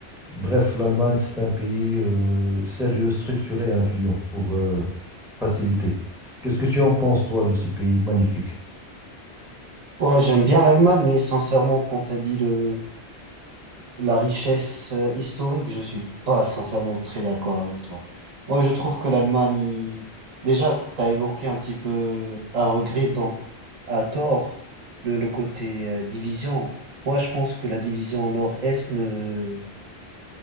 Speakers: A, in the centre; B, on the right.
A: Bref, l'Allemagne, c'est un pays euh, sérieux, structuré et influent pour euh, faciliter. Qu'est-ce que tu en penses, toi, de ce pays magnifique?
B: Ouais, j'aime bien l'Allemagne, mais sincèrement, quand t'as dit le, la richesse euh, historique, je suis pas sincèrement très d'accord avec toi. Moi, je trouve que l'Allemagne, il- déjà, t'as évoqué un petit peu à regret, donc à tort, le, le côté euh, division. Moi, je pense que la division nord-est ne